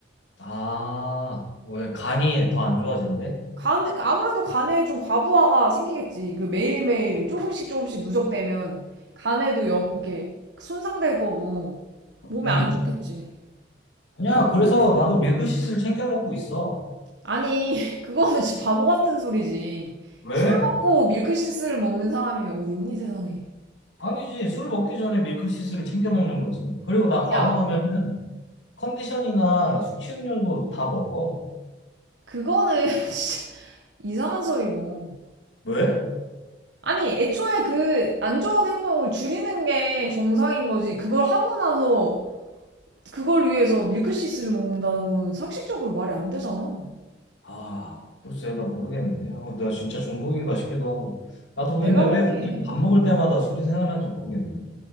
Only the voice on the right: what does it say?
간, 아무래도 간에 좀 과부하가 생기겠지. 그 매일매일 조금씩 조금씩 누적되면 간에도 영, 이게 손상될 거고 몸에
안 좋겠지.
아니, <laughs> 그거는 진짜 바보 같은 소리지.
술 먹고 밀크시스를 먹는 사람이 어딨니 세상에.
야,
그거는 <laughs> 진짜 이상한 소리고.
아니, 애초에 그 안 좋은 행동을 줄이는 게 정상인 거지. 그걸 하고 나서 그걸 위해서 밀크시스를 먹는다는 거는 상식적으로 말이 안 되잖아.
내가
보기엔